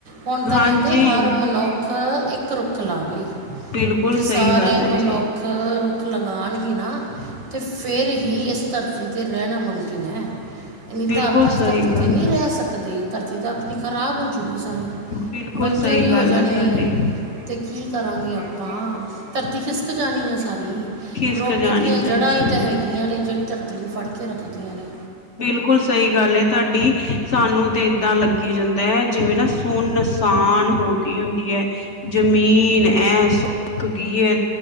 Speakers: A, on the right; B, on the left.
A: ਹੁਨ ਤਾਂ
B: ਹਾਂਜੀ
A: ਕਹਿੰਦੇ ਹਰ ਮ ਮਨੁੱਖ ਇੱਕ ਰੁੱਖ ਲਾਵੇ
B: ਬਿਲਕੁਲ
A: ਜੇ
B: ਸਹੀ
A: ਸਾਰੇ
B: ਗੱਲ ਹੈ
A: ਮਨੁੱਖ
B: ਜੀ
A: ਰੁੱਖ ਲਗਾਨਗੇ ਨਾ ਤੇ ਫੇਰ ਹੀ ਇਸ ਧਰਤੀ ਤੇ ਰਹਿਣਾ ਮੁਮਕਿਨ ਹੈ। ਨੀ
B: ਬਿਲਕੁਲ
A: ਤਾਂ ਆਪਾਂ
B: ਸਹੀ
A: ਇਸ ਧਰਤੀ
B: ਗੱਲ
A: ਤੇ ਨੀ
B: ਹੈ,
A: ਰਹਿ ਸਕਦੇ। ਧਰਤੀ ਤਾਂ ਆਪਨੀ ਖ਼ਰਾਬ ਹੋਜੂਗੀ ਸਾਰੀ
B: ਬਿਲਕੁਲ,
A: ਬੰਜਰ
B: ਸ‌ਈ
A: ਹੀ
B: ਗੱਲ
A: ਹੋ ਜਾਣੀ
B: ਆ ਤਾਡੀ
A: ਹੈ ਤੇ ਕੀ ਕਰਾਂਗੇ ਆਪਾਂ ਧਰਤੀ ਖਿਸਕ ਜਾਨੀ ਆ ਸਾਰੀ,
B: ਖਿਸਕ
A: ਰੁੱਖ
B: ਜਾਣੀ
A: ਦੀਆਂ
B: ਸਹੀ
A: ਜੜ੍ਹਾਂ ਹੀ
B: ਗੱਲ
A: ਤਾਂ ਹੈ ਗੀਆਂ ਨੇ ਜਿਹੜੀ ਧਰਤੀ ਨੂੰ ਫੜ ਕੇ ਰੱਖਦੀਆਂ ਨੇ
B: ਬਿਲਕੁਲ ਸਹੀ ਗੱਲ ਏ ਤੁਹਾਡੀ, ਸਾਨੂੰ ਤੇ ਏਦਾਂ ਲੱ ਕੀ ਜਾਂਦਾ ਹੈ ਜਿਵੇਂ ਨਾ ਸੁਨਸਾਨ ਹੋ ਗਈ ਹੁੰਦੀ ਐ। ਜ਼ਮੀਨ ਐ ਸੁੱਖ ਗੀਅ